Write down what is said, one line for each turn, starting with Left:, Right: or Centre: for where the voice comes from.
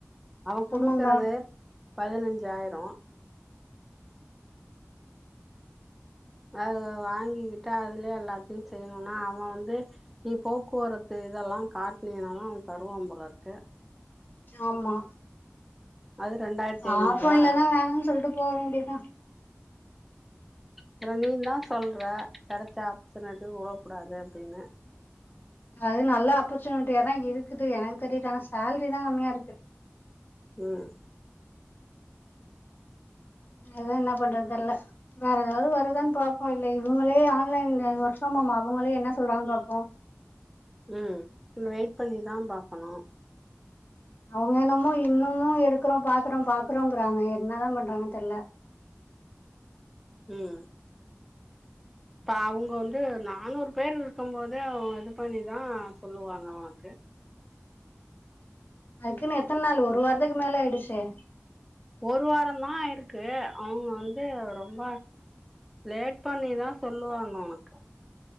Centre: அவன் குடுக்கறது
Left: ஆமாந்தா
Centre: பதினஞ்சாயிரோ அத வாங்கிக்கிட்டு அதுலயே எல்லாத்தையு செய்யணுனா அவன் வந்து நீ போக்குவரத்து இதெல்லா காட்டின்னாத அவ தருவா போல இருக்கு
Left: ஆமா
Centre: அது ரெண்டாயிரத்தி
Left: பாப்போ
Centre: ஐநூறா
Left: இல்லன்னா வேணானு சொல்ட்டு போ வேண்டிதா
Centre: அப்றோ நீ தா சொல்ற கெடைச்சா ஆப்சன எதுவு உடக்கூடாது அப்டின்னு
Left: அது நல்ல ஆப்பர்ச்சுனிட்டிய தா இருக்குது எனக்கு தெரியுது ஆன சேலரி தா கம்மியா இருக்கு
Centre: ம்
Left: அதா என்ன பண்றதுன்னு தெர்ல வேற ஏதாவது வருதானு பார்ப்போ இல்ல இவங்களே ஆன்லைன்ல ஓர்க் ஃப்ரம் ஹோம் அவங்களே என்ன சொல்றாங்கனு பாப்போ
Centre: ம் வெயிட் பண்ணி தா பார்க்கணு
Left: அவுங்க என்னமோ இன்னமு எடுக்கிறோ பாக்குறோ பாக்குறோ அப்படிங்கிறாங்க என்னதா பண்றாங்க தெரியல
Centre: ம் இப்ப அவங்க வந்து நானூறு பேர் இருக்கு போதே அவுங்க இது பண்ணிதா சொல்லுவாங்க நமக்கு
Left: அதுக்குன்னு எத்தன நாள் ஒரு வாரத்துக்கு மேல ஆயிடுச்சே
Centre: ஒரு வார தா ஆயிருக்கு அவங்க வந்து ரொம்ப லேட் பண்ணிதா சொல்லுவாங்க உனக்கு